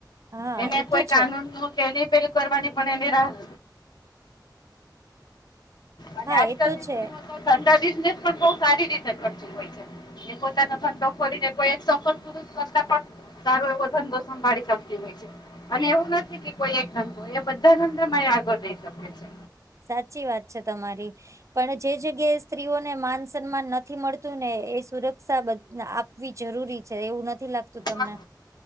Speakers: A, on the right (about 45°); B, on the left (about 70°).
A: હા
B: એને
A: એ
B: કોઈ
A: તો છે
B: કાનૂન નું કે એ પેલુ કરવાની પણ એ રાહત અને
A: હા
B: આજકાલ
A: એ તો
B: ની
A: છે
B: સ્ત્રીઓ તો ઘણા બિઝનેસ પણ બહું સારી રીતે કરતી હોય છે. એ પોતાનો ધંધો કરીને કોઈ એક સફરપુરૂષ કરતા પણ સારો એવો ધંધો સંભાળી શકતી હોય છે. અને એવું નથી કે કોઈ એક ધંધો હોય એ બધા જ ધંધો મા એ આગળ જઈ શકે છે.
A: સાચી વાત છે તમારી પણ જે જગ્યાએ સ્ત્રીઓને માન સન્માન ન નથી મળતું ને એ સુરક્ષા બધ આપવી જરૂરી છે એવું નથી લાગતું તમને
B: હા,